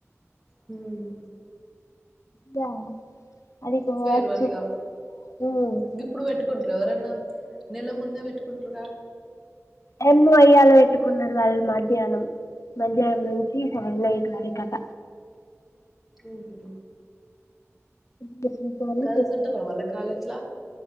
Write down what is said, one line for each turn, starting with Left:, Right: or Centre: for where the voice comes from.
Centre: హమ్
Left: గా అది పొవచ్చు
Centre: ఫేర్వెల్ ఇగ
Left: మ్
Centre: గిప్పుడు ఎవరన్నా నెల ముందే పెట్టుకుంటార్ గా
Left: యమ్ మో ఇయాల వేట్టుకునరు వాళ్ళు మధ్యానం మంధ్యానం నుంచి సాన్ నైట్ వరకట
Centre: ఉహు
Left: పించను
Centre: గర్ల్స్ ఉంటరా వాళ్ళ కాలేజ్లా